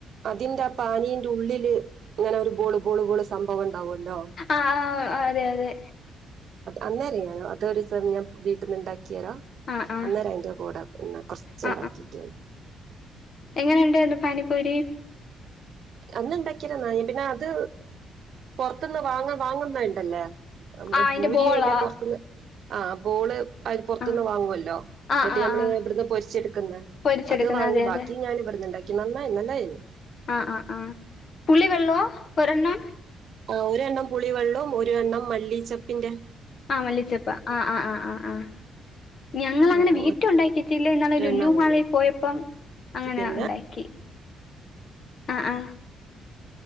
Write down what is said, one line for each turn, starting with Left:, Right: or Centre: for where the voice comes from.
Right: അതിന്റെ പാനീന്റെ ഉള്ളില് ഇങ്ങനൊരു ബോള് ബോള് ബോള് സംഭവം ഉണ്ടാവുമല്ലോ
Left: ആഹ് ആഹ് അതെ അതെ
Right: അന്നേരെയാണോ അതൊരീസം ഞാൻ വീട്ടന്ന്ണ്ടാ ക്ക്യാറം
Left: ആഹ് ആഹ്
Right: അന്നേരം അയിന്റെ കൂട പിന്നെ കുറച്ച്
Left: ആഹ്
Right: ഉണ്ടാക്കിട്ടേള്ളൂ
Left: ങ്ങനണ്ടാരുന്നു പാനിപ്പൂരി?
Right: അന്ന് ഉണ്ടാക്കിയേര ന്നായി പിന്നെ അത് പൊറത് ന്ന് വാങ്ങാൻ വാങ്ങുന്ന ഇണ്ടല്ലേ നമ്മള്
Left: ആഹ് അയിന്റെ
Right: പൂരി
Left: ബോളാ
Right: അയിൻ്റെ പുറത്ത്ന്ന് ആഹ് ബോള് അല് പുറത്തുന്ന്
Left: ആഹ്
Right: വാങ്ങുവല്ലോ
Left: ആഹ്
Right: എന്നിട്ട്
Left: ആഹ്
Right: ഞമ്മള്
Left: ആഹ്
Right: ഇവട്ന്ന് പൊരിച്ചെടുക്ക്ന്ന്
Left: പൊരിച്ചെടുക്കുന്ന
Right: അത് വാങ്ങി
Left: അതെ
Right: ബാക്കി
Left: അതെ
Right: ഞാൻ ഇവട്ന്ന്ണ്ടാ ക്കി. നന്നായി നല്ലയേരുന്നു.
Left: ആ ആ ആ പുളി വെള്ളോ ഒരെണ്ണം
Right: ആ ഒരെണ്ണം പുളിവെള്ളോം ഒരെണ്ണം മല്ലീചെപ്പിന്റെ
Left: ആ മല്ലിച്ചെപ്പാ ആ ആ ആ ആ ആ ഞങ്ങൾ
Right: ആ,
Left: അങ്ങനെ വീറ്റുണ്ടാക്കി
Right: ഒരു
Left: കില്ലേ ന്നാള് ലുല്ലു
Right: എണ്ണം അങ്ങനെ
Left: മാളിൽ പോയപ്പം അങ്ങനെ
Right: പിന്നെ
Left: ഉണ്ടാക്കി അ ആ